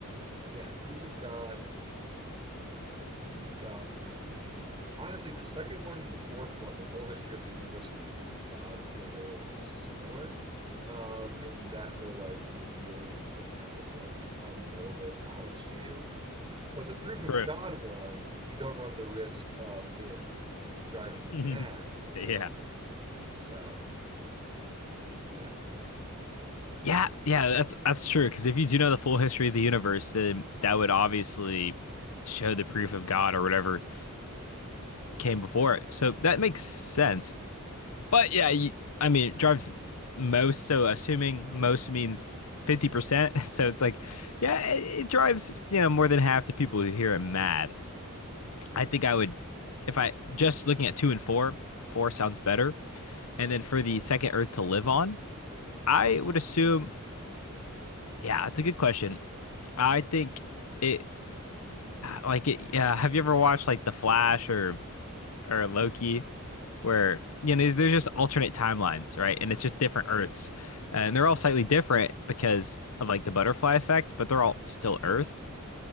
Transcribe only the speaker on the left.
True.
<laughs>
Yeah.
Yeah, yeah, that's that's true. Because if you do know the full history of the universe, then that would obviously show the proof of God or whatever came before it. So that makes sense. But yeah, you, I mean, it drives most. So assuming most means 50%. <laughs> So it's like, yeah, it, it drives, you know, more than half the people who hear it mad. I think I would, if I just looking at two and four, four sounds better. And then for
the second Earth to live on, I would assume Yeah, that's a good question. I think it like it yeah, have you ever watched like The Flash or or Loki where you know there's, there's just alternate timelines, right? And it's just different Earths. And they're all slightly different because of like the butterfly effect, but they're all still Earth.